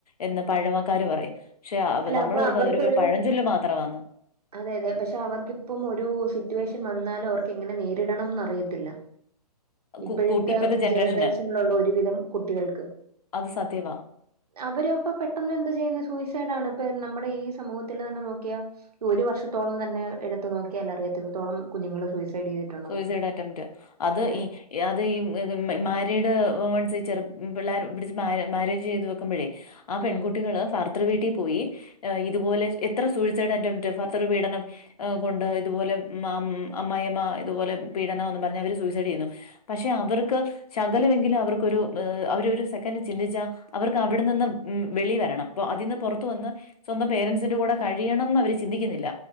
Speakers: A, on the left; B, on the right.
A: എന്ന് പഴമക്കാര് പറയും. പക്ഷേ അപ്പം
B: അല്ല
A: നമ്മെൾ
B: അപ്പൊ
A: ഓർക്കും
B: അവർക്കൊരു
A: അതൊരു പഴഞ്ചൊല് മാത്രവാന്ന്.
B: അതെ അതെ പക്ഷെ അവർക്കിപ്പം ഒരു സിറ്റുവേഷൻ വന്നാലും അവർക്ക് എങ്ങനെ നേരിടെണംന്ന് അറിയത്തില്ല. ഇപ്പഴ്ത്തെ
A: കു കു ഇപ്പത്തെ ജനറേഷന്
B: ജനറേഷൻലുള്ള ഒരുവിധം കുട്ടികൾക്ക്
A: അത് സത്യവാ.
B: അവര് ഇപ്പോ പെട്ടെന്ന് എന്തുചെയ്യുന്നു സൂയിസൈഡാണ്. ഇപ്പൊ നമ്മുടെ ഈ സമൂഹത്തില് തന്നെ നോക്കിയാ ഈയൊരു വർഷത്തോളം തന്നെ എടുത്തു നോക്കിയാൽ അറിയാം എത്രത്തോളം കുഞ്ഞുങ്ങള് ചെയ്തിട്ടുണ്ടെന്ന്.
A: സൂയിസൈഡ് അറ്റംറ്റ് അത്
B: അതെ
A: ഈ അതീ ഏഹ് മാ മാരീഡ് വുമൺസീചെറു പിള്ളാര് പിടിച് മാരെ മാരേജ് ചെയ്ത് വെക്കുമ്പഴേ ആ
B: ഉം
A: പെൺകുട്ടികള് ഭർതൃ വീട്ടിൽപോയിഏഹ് ഇതുപോലെ എത്ര സൂയിസൈഡ് അറ്റംറ്റ് ഭർതൃ പീഡനം. ഏഹ് കൊണ്ട് ഇതുപോലെ മാം അമ്മായമ്മ ഇതുപോലെ പീഡനാന്നും പറഞ്ഞ് അവര് സൂയിസൈഡ്യ്യുന്നു. പക്ഷെ അവർക്ക് ശകലവെങ്കിലും അവർക്കൊരു ഏഹ് അവരൊരു സെക്കൻഡ് ചിന്തിച്ചാ അവർക്ക് അവിടെ നിന്നും ഉം വെളി വരണം. ഇപ്പൊ അതിന്ന് പൊറത്ത് വന്ന് സ്വന്തം പേരന്റ്സിന്റെ കൂടെ കഴിയണംന്ന് അവെര് ചിന്തിക്കുന്നില്ല.